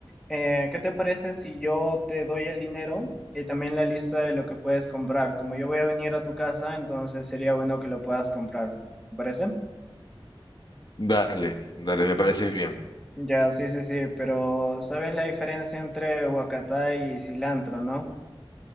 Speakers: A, in the centre; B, on the left.
A: eh, ¿qué te parece si yo te doy el dinero y también la lista de lo que puedes comprar? Como yo voy a venir a tu casa, entonces sería bueno que lo puedas comprar. ¿Te parece?
B: Dale, dale, me parece bien.
A: Ya, sí, sí, sí, pero ¿sabes la diferencia entre huacatá y cilantro, no?